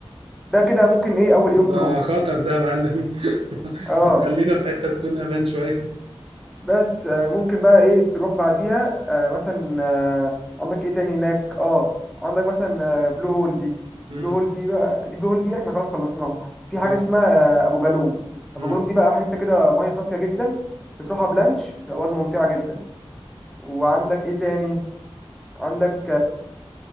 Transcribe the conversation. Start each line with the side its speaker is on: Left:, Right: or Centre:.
Centre: ده كده ممكن ايه اول يوم
Right: ده
Centre: تروح
Right: خطر ده يا معلم <laughs>
Centre: اه
Right: ما تخلينا في حتة تكون امان شوية
Centre: بس آه، ممكن بقى ايه تروح بعديها آه، مثلا آه، عندك ايه تاني هناك اه عندك مثلا آه، بلو هول دي بلو
Right: امم
Centre: هول دي بقى دي بلو هول دي احنا خلاص خلصناها في حاجه
Right: اه
Centre: اسمها آه، ابو جالوم ابو
Right: امم
Centre: جالوم دي بقى حته كده ميه صافيه جدا بتروحها بلانش بتبقى برضه ممتعه جدا وعندك ايه تاني عندك